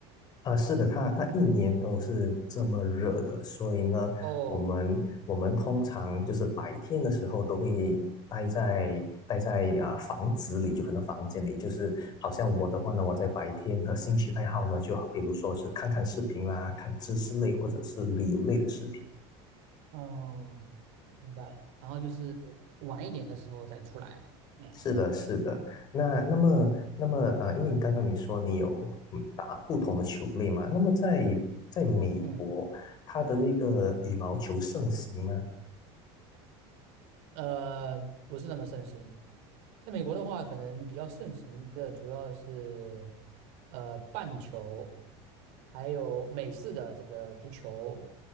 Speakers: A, on the left; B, on the right.
A: 啊，是的，它它一年都是这么热的，所以呢，
B: 哦，
A: 我们我们通常就是白天的时候都会待在待在啊、
B: 嗯
A: 房子里，就可能房间里，就是好像我的话呢，
B: 嗯
A: 我在白天的兴趣爱好呢，就比如说是看看视频啦，看知识类或者是旅游类的视频。
B: 嗯哦，明白了。然后就是晚一点的时候再出来。嗯。
A: 是的，是的。那那么那么呃，
B: 嗯，
A: 因为你刚刚你说你有嗯打不同的球类嘛，那么在在美国，
B: 嗯
A: 它的这个羽毛球盛行吗？
B: 呃，不是那么盛行。在美国的话，可能比较盛行的主要是呃棒球，还有美式的这个足球，